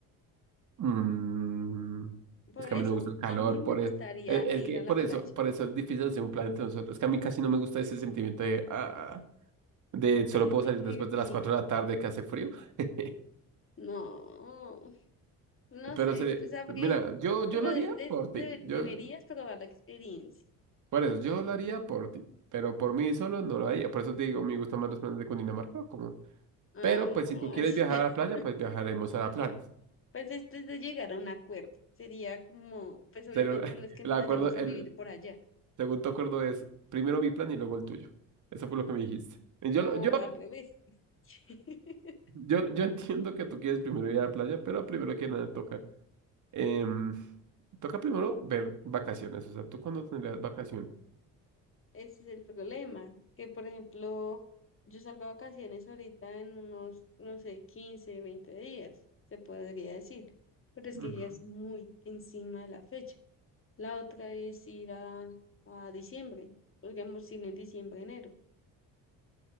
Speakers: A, on the right (about 55°); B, on the left (about 35°).
A: Mm,
B: Por
A: es que
B: eso
A: a mí no me gusta el calor,
B: a mí me
A: por
B: gustaría
A: eso. Es, es
B: ir
A: que
B: a
A: por
B: la playa,
A: eso, por eso es difícil hacer un plan entre nosotros. Es que a mí casi no me gusta ese sentimiento de, ah, de solo
B: pero es
A: puedo
B: que
A: salir
B: me
A: después
B: vi,
A: de las 4 de la tarde que hace frío. <laughs>
B: no, no
A: Pero
B: sé,
A: sería,
B: pues habría,
A: mira, yo, yo
B: pero
A: lo
B: de-
A: haría
B: de-
A: por
B: de-
A: ti. Yo,
B: deberías probar la experiencia.
A: por eso, yo lo haría por ti. Pero por mí solo no lo haría. Por eso te digo, me gustan más los planes de Cundinamarca. Como...
B: Ay,
A: Pero pues si tú quieres viajar
B: <laughs>
A: a la playa, pues viajaremos a la playa.
B: pues esto es de llegar a un acuerdo, sería como, pues obviamente
A: Sería una- <laughs>
B: no es que
A: el acuerdo,
B: vayamos
A: el,
B: a vivir por allá,
A: Según tu acuerdo es primero mi plan y luego el tuyo. Eso fue lo que me dijiste. Y Yo,
B: o
A: lo- yo,
B: al revés. <laughs>
A: yo, yo <laughs> entiendo que tú quieres primero ir a la playa, pero primero que nada toca. em, toca primero ver vacaciones. O sea, ¿tú cuándo tendrías vacaciones?
B: Ese es el problema, que por ejemplo, yo salgo a vacaciones ahorita en unos, no sé, 15 20 días, se podría decir, pero es
A: Ujú.
B: que ya es muy encima de la fecha. La otra es ir a, a diciembre, podríamos ir en diciembre, enero.